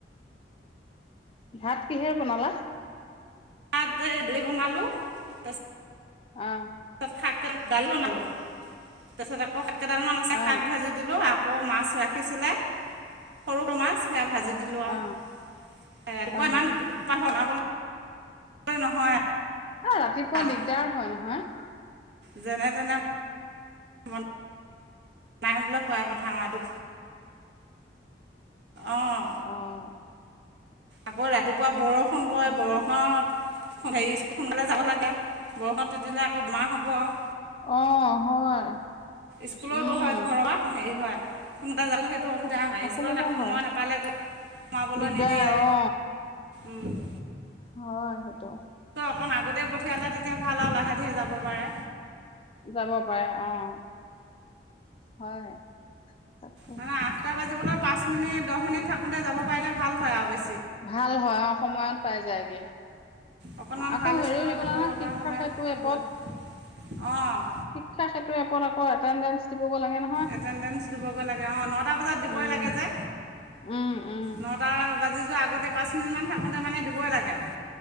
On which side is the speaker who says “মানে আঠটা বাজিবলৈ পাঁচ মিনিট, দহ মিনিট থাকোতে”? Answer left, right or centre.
Right